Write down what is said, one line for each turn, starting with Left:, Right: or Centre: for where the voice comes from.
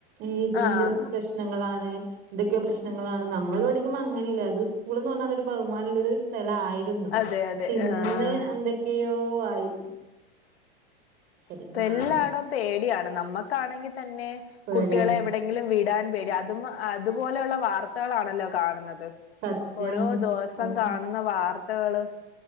Right: ഈ ഇതിന്റെ
Left: ആഹ്
Right: പ്രശ്നങ്ങളാണ് എന്തൊക്കെ പ്രശ്നങ്ങളാണ് നമ്മൾ പഠിക്കുമ്പോ അങ്ങനെ അല്ല ഇത് സ്കൂളീന്ന് വന്നാൽ ബഹുമാനമുള്ളരു സ്ഥലമായിരുന്നു
Left: അതെ
Right: പക്ഷെ
Left: അതെ
Right: ഇന്ന്
Left: ആഹ്
Right: എന്തൊക്കെയോ ആയി ശരിക്കും
Left: ഇപ്പ
Right: പറഞ്ഞാ
Left: എല്ലാടവും പേടിയാണ് നമ്മക്കാണെങ്കിൽ തന്നെ
Right: പേടിയാണ്
Left: കുട്ടികളെ എവിടെ എവിടെങ്കിലും വിടാൻ പേടി അതും അതുപോലെയുള്ള വാർത്തകളാണല്ലോ കാണുന്നത്
Right: സത്യം
Left: ഓരോ ദിവസം
Right: അവിടെ
Left: കാണുന്ന വാർത്തകള്